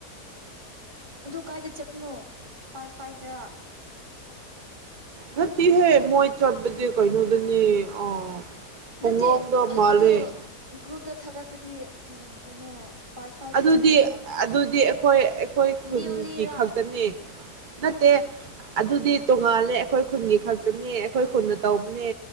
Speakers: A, on the right; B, on the right.
A: ꯑꯗꯨ ꯀꯥꯏꯗ ꯆꯠꯄꯅꯣ ꯄꯥꯔ ꯐꯥꯏꯗ꯭ꯔꯥ
B: ꯅꯠꯇꯤꯍꯦ ꯃꯣꯏ ꯆꯠꯕꯗꯤ ꯀꯦꯅꯣꯗꯅꯤ ꯑꯥ ꯄꯨꯡꯂꯣꯡꯗ
A: ꯅꯠꯇꯦ
B: ꯃꯥꯜꯂꯦ
A: ꯑꯗꯨ ꯒ꯭ꯔꯨꯞꯇ ꯊꯥꯒꯠꯄꯗꯤ ꯎꯝ ꯀꯩꯅꯣ ꯄꯥꯔꯠ ꯐꯥꯏꯚꯇ
B: ꯑꯗꯨꯗꯤ
A: ꯆꯠꯀꯅꯤ
B: ꯑꯗꯨꯗꯤ ꯑꯩꯈꯣꯏ ꯑꯩꯈꯣꯏ ꯈꯨꯟꯒꯤ
A: ꯅ꯭ꯌꯨꯂꯤꯔꯥ
B: ꯈꯛꯇꯅꯤ ꯅꯠꯇꯦ ꯑꯗꯨꯗꯤ ꯇꯣꯉꯥꯜꯂꯦ ꯑꯩꯈꯣꯏ ꯈꯨꯟꯒꯤ ꯈꯛꯇꯅꯦ ꯑꯩꯈꯣꯏ ꯈꯨꯟꯅ ꯇꯧꯕꯅꯦ